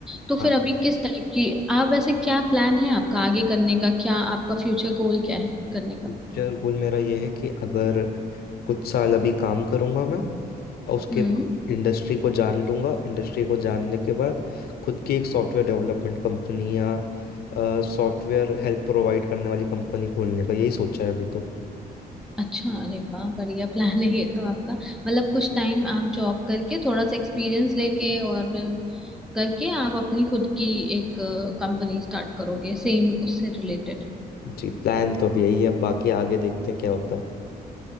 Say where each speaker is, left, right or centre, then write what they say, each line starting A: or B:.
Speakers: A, in the centre; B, on the left.
A: तो फिर
B: हाँ
A: अभी किस टाइप की आप वैसे क्या प्लान है आपका आगे करने का क्या आपका फ्यूचर गोल क्या है करने का
B: फ्यूचर गोल मेरा ये है कि अगर कुछ साल अभी काम करूंगा मैं और उसके
A: हम्म
B: बाद इंडस्ट्री को जान लूंगा इंडस्ट्री को जानने के बाद खुद की एक सॉफ्टवेयर डेवलपमेंट कंपनी या सॉफ्टवेयर हेल्प प्रोवाइड करने वाली कंपनी खोलने का यही सोचा है अभी तो
A: अच्छा अरे वाह बढ़िया प्लान है ये तो आपका मतलब कुछ टाइम आप जॉब करके थोड़ा सा एक्सपीरियंस लेके और करके आप अपनी खुद की एक कंपनी स्टार्ट करोगे सेम उससे रिलेटेड
B: जी प्लान तो अभी यही है बाकी आगे देखते हैं क्या होता है